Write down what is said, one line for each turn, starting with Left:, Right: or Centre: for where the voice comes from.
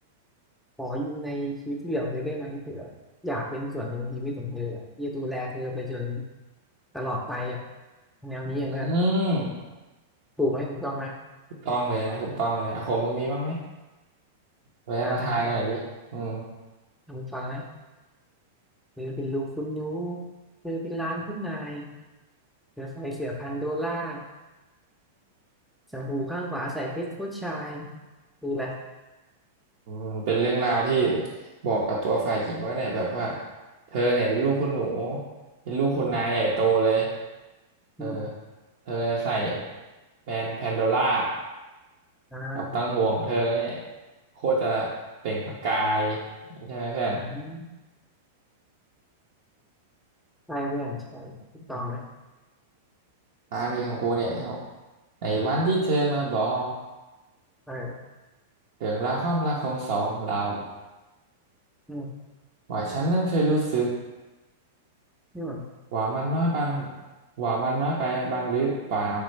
Centre: ขออยู่ในชีวิตที่เหลือเธอได้ไหมคืออยากเป็นส่วนหนึ่งในชีวิตของเธออะที่จะดูแลเธอไปจนตลอดไปอ่ะแนวนี้อะเพื่อน
Right: อืม
Centre: ถูกไหมถูกต้องไหม
Right: ถูกต้องเลยนะถูกต้องเลยอ่ะของมึงมีบ้างไหมไว้มาทายกันหน่อยดิอืม
Centre: อ่าได้ได้ลองฟังนะ เธอเป็นลูกคุณหนูเธอเป็นล้านคุณนายเธอใส่เสื้อพันโดล่าส์งหูข้างขวาใส่เพชรผู้ชายคืออะไร
Right: อืมเป็นเรื่องราวที่บอกกับตัวฝ่ายหญิงว่าเนี่ยแบบว่าเธอเนี่ยเป็นลูกคุณหนูเป็นลูกคุณนายใหญ่โตเลย
Centre: อืม
Right: เออ
Centre: อืม
Right: เธอใส่แบรนด์แพนโดล่า
Centre: อ่า
Right: กับตังห่วงเธอเนี่ยโคตรจะเปล่งประกายใช่ไหมเพื่อน
Centre: อันนี้ใช่เพื่อนใช่ถูกต้องเลย
Right: อืมอันนี้ของกูเนี่ยในวันที่เธอมาบอก
Centre: เออ
Right: เรื่องราวความรักของสองเรา
Centre: อืม
Right: ว่าฉันนั้นเคยรู้สึก
Centre: อืม
Right: ว่ามันน้อยบางว่ามันน้อยไปบางหรือเปล่า